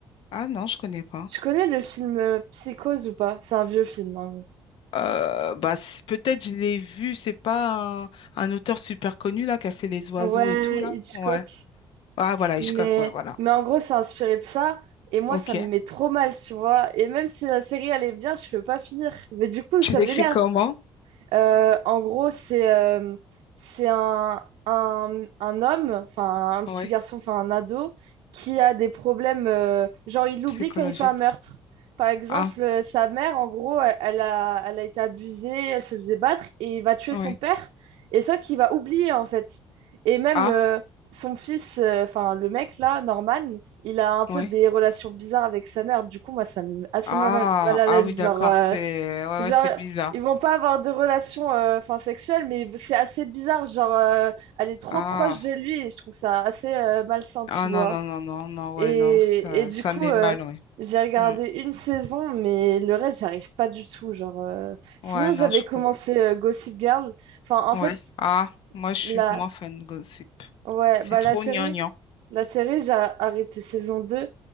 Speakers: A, on the left; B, on the right.
A: Ah non, je connais pas.
B: Tu connais le film euh, Psychose ou pas? C'est un vieux film. hein.
A: Euh, bah, c'est- peut-être je l'ai vu, c'est pas un, un auteur super connu là qui a fait les oiseaux
B: Ouais,
A: et tout là.
B: Hitchcock.
A: Ouais. Ah voilà,
B: Mais,
A: Hitchcock, ouais, voilà.
B: mais en gros, c'est inspiré de ça. Et moi,
A: Ok.
B: ça me met trop mal, tu vois. Et même si la série, elle est bien, je peux pas finir. Mais du coup,
A: Tu
B: ça
A: l'écris
B: m'énerve.
A: comment?
B: Euh, en gros, c'est euh, c'est un, un, un homme, enfin un petit
A: Ouais,
B: garçon, enfin un ado, qui a des problèmes. euh, genre, il l'oublie
A: psychologique.
B: quand il fait un meurtre. Par exemple,
A: Ah,
B: euh, sa mère, en gros, elle, elle a, elle a été abusée, elle se faisait battre, et il va tuer
A: oui.
B: son père, et sauf qu'il va oublier, en fait. Et même
A: Ah,
B: euh, son fils, euh, enfin le mec là, Norman, il a un peu
A: oui.
B: des relations bizarres avec sa mère. Du coup, moi, ça me met assez
A: Ah,
B: mal, mal à
A: ah
B: l'aise.
A: oui, d'accord,
B: Genre, euh,
A: c'est ouais,
B: Genre,
A: ouais, c'est bizarre.
B: ils vont pas avoir de relation euh, enfin, sexuelle, mais c'est assez bizarre. Genre, euh, elle est trop
A: Ah,
B: proche de lui et je trouve ça assez euh, malsain, tu
A: ah
B: vois.
A: non, non, non, non, non, ouais,
B: Et,
A: non, ça,
B: et du
A: ça
B: coup,
A: met
B: euh,
A: mal, ouais.
B: j'ai regardé
A: Hmm.
B: une saison, mais le reste, j'arrive pas du tout. Genre, euh. Sinon,
A: Ouais, non,
B: j'avais
A: je
B: commencé
A: comprends.
B: euh, Gossip Girl. Enfin, en
A: Oui.
B: fait,
A: Ah, moi, je suis
B: la...
A: moins fan de gossip.
B: Ouais,
A: C'est
B: bah,
A: trop
B: la série,
A: gnangnan.
B: la série, j'ai arrêté saison deux